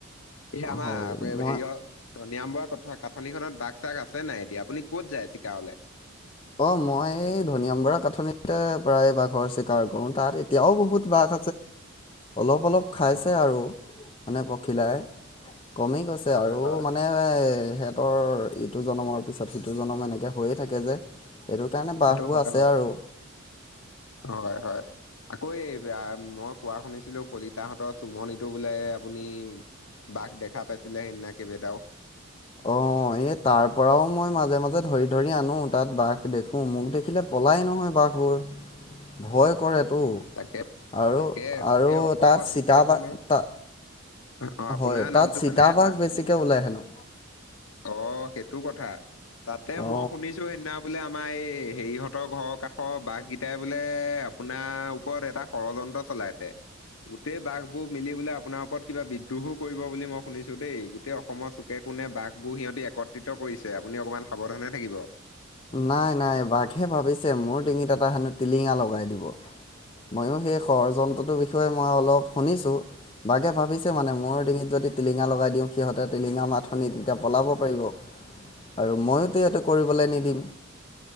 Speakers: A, on the left; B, on the left.
A: এ আমাৰ
B: হয় মই
A: হেৰিয় নিয়ম বৰা কথা কাঠনিখননত দাগ চাগ আছে নাই এতিয়া আপুনি ক'ত যায় চিকাৰলে
B: অ', মই এই ধন আম বৰা কাঠনিতে প্ৰায় বাঘৰ চিকাৰ কৰো তাত এতিয়াও বহুত বাঘ অলপ অলপ খাইছে
A: হয়
B: আৰু মানে পখিলাই কমি গৈছে
A: হয়
B: আৰু
A: হয়
B: মানে সিহঁতৰ ইটো জন্মৰ তাৰপিছত সিটো জনম এনেকৈ হৈয়ে থাকে যে সেইটো কাৰণে বহবোৰ
A: সেইটো হয়
B: আছে
A: বাৰু
B: আৰু
A: হয় হয়। আকৌ এই মই কোৱা শুনিছিলো কলিত তাহতৰ চুমনটো বোলে আপুনি বাঘ দেখা পাইছিলে সেইদিনা কিবেইটাও? <inaudible>
B: অঁ এই তাৰ পৰাও মই মাজে মাজে ধৰি ধৰি আনো, তাত বাঘ দেখো মোক দেখিলে পলাই নহয় বাঘ। <unintelligible> ভয় কৰে। ত।
A: তাকে
B: আৰু-আৰু
A: তাকে গোটেই অসমৰ
B: তাত চিতাবাঘ
A: চুকে কোণে
B: তা
A: অ আপোনাৰ
B: হয়
A: নামটো
B: তাত চিতাবঘ
A: মানে বা
B: বেছিকে ওলাই হেনো।
A: অ সেইটো কথা। তাতে
B: অ
A: মই শুনিছো সেইদিনা বোলে আমাৰ এই হেৰিহঁতৰ ঘৰৰ কাষৰ বাঘকেইটাই বোলে আপোনাৰ ওপৰত এটা ষড়যন্ত্ৰ চলাইছে। গোটেই বাঘবোৰ মিলি বোলে আপোনাৰ ওপৰত কিবা বিদ্ৰোহো কৰিব বুলি মই শুনিছো দেই, গোটেই অসমৰ চুকে কোনে বাঘবোৰ সিহঁতি একত্ৰিত কৰিছে, আপুনি অকমান সাৱধানে থাকিব।
B: নাই নাই বাঘে ভাবিছে মোৰ ডটিঙিত এটা হেনো টিলিঙা লগাই দিব। ময়ো সেই ষড়যন্ত্ৰটোৰ বিষয়ে মই অলপ শুনিছো। বাঘে ভাবিছে মানে মোৰ ডিঙিত যদি টিলিঙা লগাই দিওঁ সিহঁতে টিলিঙা মাত শুনি তেতিয়া পলাব পাৰিব। আৰু ময়োতো ইহঁতে কৰিবলৈ নিদিম।